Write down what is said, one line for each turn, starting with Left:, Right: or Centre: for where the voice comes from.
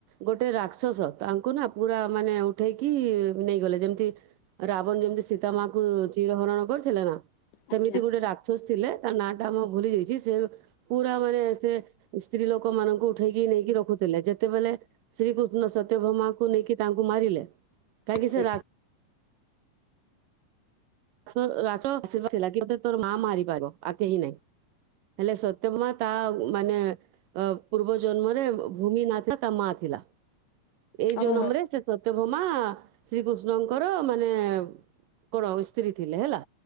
Right: ଗୋଟେ ରାକ୍ଷସ ତାଙ୍କୁ ନା ପୁରା ମାନେ ଉଠେଇକି ନେଇଗଲେ ଯେମତି ରାବଣ ଯେମିତି ସୀତା କୁ ଚିର ହରଣ କରିଥିଲେ ନା ସେମିତି
Left: ଆଜ୍ଞା
Right: ଗୋଟେ ରାକ୍ଷସ ଥିଲେ ତା ନା ଟା ମୁଁ ଭୁଲି ଯାଇଛି ସେ ପୁରାମାନେ ସେ ସ୍ତ୍ରୀ ଲୋକମାନଙ୍କୁ ଉଠେଇକି ନେଇକି ରଖୁଥିଲେ। ଯେତ ସେତେବେଳେ ଶ୍ରୀକୃଷ୍ଣ ସତ୍ୟଭ୍ରମାକୁ ନେଇକି ତାଙ୍କୁ ମାରିଲେ କାହିଁକି
Left: ଆଜ
Right: ସେ ରା ରାସ ରାଚ ଆଶୀର୍ବାଦ ଥିଲା କି ତତେ ତୋର ମା ମାରିପାରିବ ଆଉ କେହି ନାଇଁ। ହେଲେ ସତ୍ୟଭାମା ତା ମାନେ ଅ ପୂର୍ବ ଜନ୍ମରେ ଅ ଭୂମି ନାଥା ତା ମା ଥିଲା। ଏଇ ଯୋଉ
Left: ଓହୋ
Right: ନମ୍ରେସ ସତ୍ୟ ମା ଶ୍ରୀକୃଷ୍ଣଙ୍କର ମାନେ କଣ ସ୍ତ୍ରୀ ଥିଲେ ହେଲା।